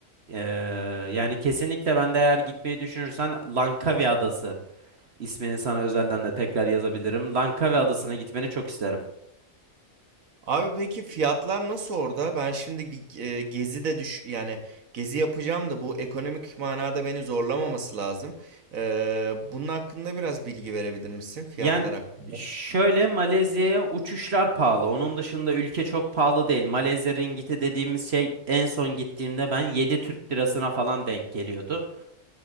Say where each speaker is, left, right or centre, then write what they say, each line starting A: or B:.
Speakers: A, on the right; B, on the right.
A: Ee, yani kesinlikle ben de eğer gitmeyi düşünürsen Langkawi Adası ismini sana özelden de tekrar yazabilirim. Langkawi Adası'na gitmeni çok isterim.
B: Abi peki fiyatlar nasıl orada? Ben şimdi bir e, gezi de düş yani gezi yapacağım da bu ekonomik manada beni zorlamaması lazım. Ee, bunun hakkında biraz bilgi verebilir misin fiyatlar
A: Yani
B: hakkında?
A: şöyle Malezya'ya uçuşlar pahalı. Onun dışında ülke çok pahalı değil. Malezya ringgiti dediğimiz şey en son gittiğimde ben 7 Türk lirasına falan denk geliyordu.